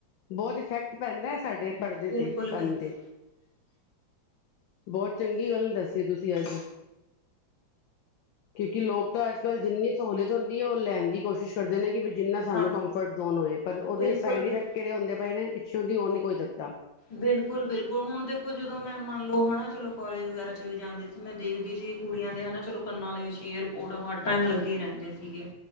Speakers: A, on the left; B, on the left.
A: ਬੋਤ ਇਫੈਕਟ ਪੈਂਦਾ ਸਾਡੇ ਪਰਦੇ
B: ਬਿਲਕੁਲ-ਬਿਲਕੁਲ।
A: ਤੇ ਕੰਨ ਦੇ ਬੋਹਤ ਚੰਗੀ ਗੱਲ ਦੱਸੀ ਤੁਸੀਂ ਅੱਜ। ਕਿਉਂਕਿ ਲੋਕ ਤਾਂ ਅੱਜ-ਕੱਲ੍ਹ ਜਿੰਨੀ ਸਹੂਲੀਅਤ ਹੁੰਦੀ ਏ ਓ ਲੈਣ ਦੀ ਕੋਸ਼ਿਸ਼ ਕਰਦੇ ਨੇ ਕਿ ਵੀ ਜਿੰਨਾ ਸਾਨੂੰ
B: ਹਾਂ
A: ਕੰਫਰਟ ਜ਼ੋਨ ਹੋਜੇ ਪਰ ਓਦੇ
B: ਬਿਲਕੁਲ-ਬਿਲਕੁਲ।
A: ਸਾਈਡ ਇਫੈਕਟ ਕੇੜੇ ਹੁੰਦੇ ਪਏ ਨੇਂ ਪਿੱਛੋਂ ਦੀ ਓ ਨੀਂ ਕੋਈ ਦੱਸਦਾ।
B: ਬਿਲਕੁੱਲ ਬਿਲਕੁੱਲ ਹੁਣ ਦੇਖੋਂ ਜਦੋਂ ਮੈਂ ਮੰਨ ਲਓ ਹਨਾ ਚਲੋਂ ਕਾਲਜ਼ ਵਗ਼ੈਰਾ ਚਲੀ ਜਾਂਦੀ ਮੈਂ ਦੇਖਦੀ ਸੀ ਕੁੜੀਆਂ ਦੇ ਹਨਾ। ਚਲੋਂ ਕੰਨਾਂ ਦੇ ਵਿੱਚ ਏਅਰਪੋਰਟ ਹਰ ਟਾਈਮ ਲੱਗੇਂ ਰਹਿੰਦੇਂ ਸੀਗੇ